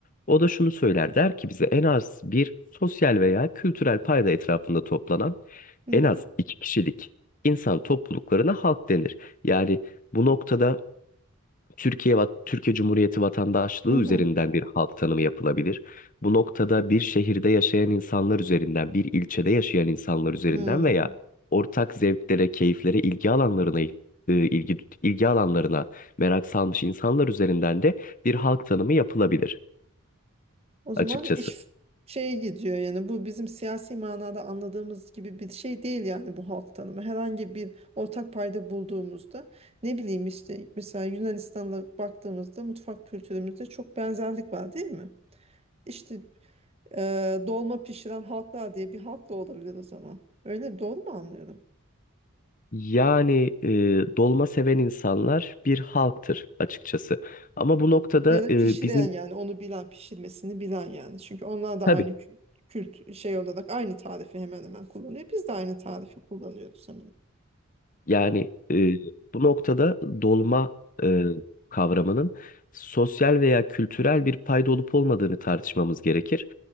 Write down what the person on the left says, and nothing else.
O da şunu söyler der ki bize en az bir sosyal veya kültürel payda etrafında toplanan
en
az iki kişilik insan topluluklarına halk denir. Yani bu noktada Türkiye, va- Türkiye Cumhuriyeti vatandaşlığı
üzerinden bir halk tanımı yapılabilir. Bu noktada bir şehirde yaşayan insanlar üzerinden, bir ilçede yaşayan insanlar üzerinden
veya ortak zevklere, keyiflere, ilgi alanlarına e, ilgi ilgi alanlarına merak salmış insanlar üzerinden de bir halk tanımı yapılabilir
açıkçası.
Yani e, dolma seven insanlar bir halktır açıkçası. Ama bu noktada
e,
bizim
tabii
Yani e, bu noktada dolma e, kavramının sosyal veya kültürel bir payda olup olmadığını tartışmamız gerekir.